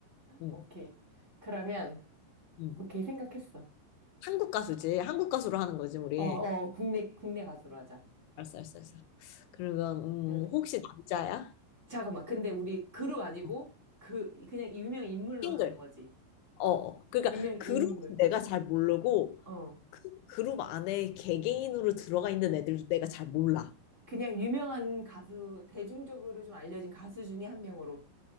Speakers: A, on the left; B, on the right.
A: 응,
B: 오케이. 그러면
A: 응.
B: 오케이 생각했어.
A: 한국 가수지. 한국 가수로 하는 거지, 우리.
B: 어, 어, 국내 국내 가수로 하자.
A: 알았어, 알았어, 알았어. 그러면, 음,
B: 응.
A: 혹시 남자야?
B: 잠깐만. 근데 우리 그룹 아니고
A: 어,
B: 그 그냥 유명 인물로
A: 싱글.
B: 하는 거지.
A: 어, 어. 그러니까
B: 유명
A: 그룹
B: 인물.
A: 내가 잘 모르고
B: 어.
A: 그 그룹 안에 개개인으로 들어가 있는 애들도 내가 잘 몰라.
B: 그냥 유명한 가수, 대중적으로 좀 알려진 가수 중에 한 명으로.